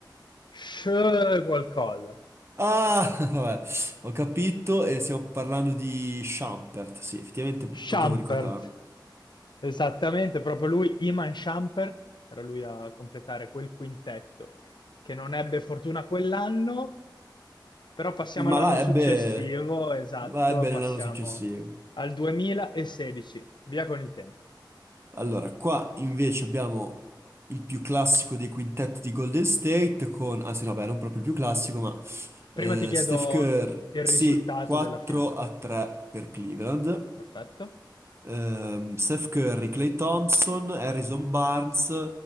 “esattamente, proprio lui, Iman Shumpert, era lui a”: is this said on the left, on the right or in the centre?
Left